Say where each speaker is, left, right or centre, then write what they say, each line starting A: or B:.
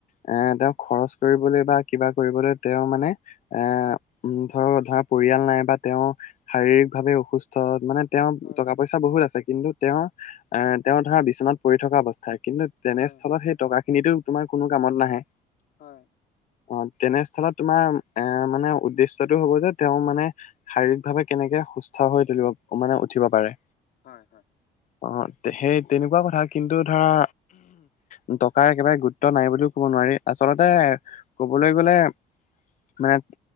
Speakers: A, on the left (about 50°); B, on the left (about 65°).
A: এ, তেওঁ খৰচ কৰিবলৈ বা কিবা কৰিবলৈ তেওঁ মানে এ ধৰ- ধৰা পৰিয়াল নাই বা তেওঁ শাৰীৰিক ভাৱে অসুস্থ মানেত - তেওঁ
B: হয়,
A: টকা-পইচা বহুত আছে কিন্তু তেওঁ এ তেওঁ ধৰা বিচনাত পৰি থকা অৱস্থ - কিন্তু তেনেস্থলত
B: হয়,
A: সেই টকা খিনিতো তোমাৰ কোনো কামত নাহে।
B: হয়।
A: অ' তেনেস্থলত তোমাৰ এ মানে উদ্দেশ্য টো হ'ব যে তেওঁ মানে শাৰীৰিক ভাৱে কেনেকে - সুস্থ হৈ তুলিব মানে উঠিব পাৰে।
B: হয়, হয়।
A: অ, সেই তেনেকুৱা কথা কিন্তুত ধৰা উ টকাৰ একেবাৰে গুৰুত্ব নাই বুলিও ক'ব নোৱাৰি আচলতে
B: হয়,
A: ক ক'বলৈ গ'লে নাই